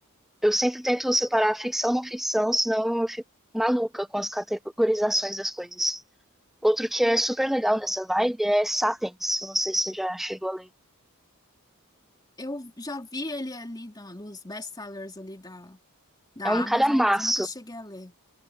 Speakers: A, in the centre; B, on the left.
A: Eu sempre tento separar ficção e não ficção, senão eu fico maluca com as categorizações das coisas. Outro que é super legal nessa vibe é Sapiens. Eu não sei se você já chegou a ler.
B: Eu já vi ele ali na, nos best-sellers ali da da
A: É um
B: Amazon,
A: calhamaço.
B: mas eu nunca cheguei a ler.